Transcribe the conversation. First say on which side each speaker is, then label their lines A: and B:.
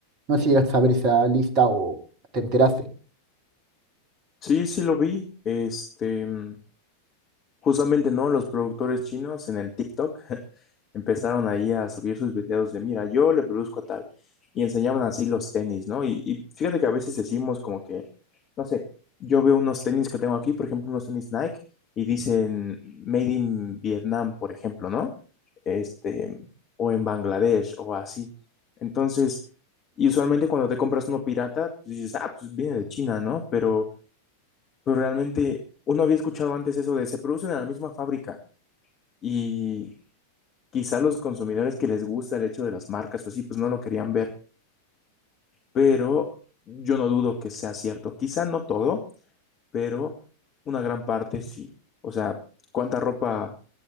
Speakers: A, on the right; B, on the left.
A: No sé si llegas a saber esa lista o te enteraste.
B: Sí, sí lo vi. Este, mm, justamente, ¿no? Los productores chinos en el TikTok <laughs> empezaron ahí a subir sus videos de, mira, yo le produzco tal, y enseñaban así los tenis, ¿no? Y, y fíjate que a veces decimos como que, no sé, yo veo unos tenis que tengo aquí, por ejemplo, unos tenis Nike, y dicen Made in Vietnam, por ejemplo, ¿no? Este, o en Bangladesh, o así. Entonces, y usualmente cuando te compras uno pirata, pues dices, ah, pues viene de China, ¿no? Pero, pero realmente uno había escuchado antes eso de se producen en la misma fábrica. Y, Quizá los consumidores que les gusta el hecho de las marcas o así, pues no lo querían ver, pero yo no dudo que sea cierto. Quizá no todo, pero una gran parte sí. O sea, ¿cuánta ropa,